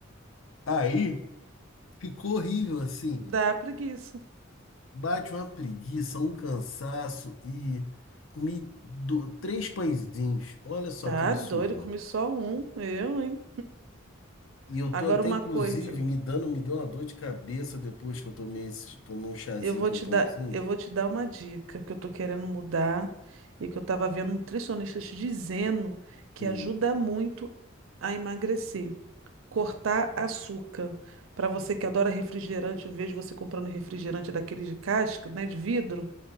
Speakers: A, on the left; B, on the right.
A: Aí ficou horrível assim.
B: Dá preguiça.
A: Bate uma preguiça, um cansaço e comi do- três pãezinhos. Olha só
B: Tá
A: que absurdo.
B: doido, comi só um, eu, hein?
A: E eu
B: Agora
A: tô até,
B: uma
A: inclusive,
B: coisa,
A: me dando, me deu uma dor de cabeça depois que eu tomei, esse, tomei um chazinho
B: eu vou
A: com
B: te
A: pãozinho.
B: dar, eu vou te dar uma dica que eu tô querendo mudar e que eu tava vendo nutricionistas dizendo que
A: Hum.
B: ajuda muito a emagrecer, cortar açúcar. Para você que adora refrigerante, eu vejo você comprando refrigerante daqueles de casca, né, de vidro,